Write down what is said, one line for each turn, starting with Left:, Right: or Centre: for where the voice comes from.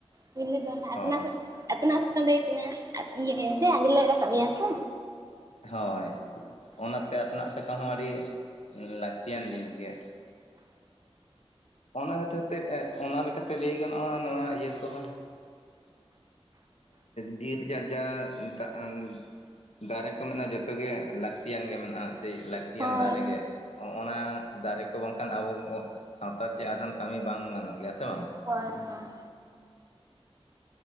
Right: ᱯᱟᱹᱭᱞᱟᱹ ᱫᱚ ᱚᱱᱟ
Left: ᱦᱳᱭ
Right: ᱟᱛᱱᱟᱜ ᱥᱟ ᱟᱛᱱᱟᱜ ᱥᱟᱠᱟᱢ ᱨᱮᱜᱮ ᱤᱭᱟᱹ ᱥᱮ ᱟᱸᱡᱽᱞᱮ ᱨᱟᱠᱟᱵ ᱢᱮᱭᱟ ᱥᱮ
Left: ᱦᱳᱭ ᱚᱱᱟᱛᱮ ᱟᱛᱱᱟᱜ ᱥᱟᱠᱟᱢ ᱦᱚᱸ ᱟᱹᱰᱤ ᱞᱟᱹᱠᱛᱤᱭᱟᱱ ᱡᱤᱱᱤᱥ ᱜᱮ ᱚᱱᱟ ᱠᱷᱟᱹᱛᱤᱨ ᱛᱮ ᱚᱱᱟ ᱞᱮᱠᱟᱛᱮ ᱞᱟᱹᱭ ᱜᱟᱱᱚᱜᱼᱟ ᱱᱚᱣᱟ ᱤᱭᱟᱹ ᱠᱚᱦᱚᱸ ᱵᱤᱨᱤᱨ ᱡᱟᱡᱟ ᱫᱟᱜ ᱫᱟᱨᱮ ᱠᱚ ᱢᱮᱱᱟᱜᱼᱟ ᱡᱚᱛᱚᱣᱟᱜ ᱜᱮ ᱞᱟᱹᱠᱛᱤᱭᱟᱱ ᱜᱮ ᱢᱮᱱᱟᱜᱼᱟ ᱥᱮ ᱞᱟᱹᱠᱛᱤᱭᱟᱱ
Right: ᱦᱳᱭ
Left: ᱫᱟᱨᱮ
Right: ᱦᱳᱭ
Left: ᱜᱮ ᱚᱱᱟ ᱫᱟᱨᱮ ᱠᱚ ᱵᱟᱝᱠᱷᱟᱱ ᱟᱵᱚ ᱥᱟᱶᱛᱟᱨᱮ ᱡᱮ ᱟᱫᱷᱟᱱ ᱠᱟᱹᱢᱤ ᱵᱟᱝ ᱜᱟᱱᱚᱜ ᱜᱮᱭᱟ ᱥᱮ ᱵᱟᱝ
Right: ᱦᱳᱭ ᱦᱳᱭ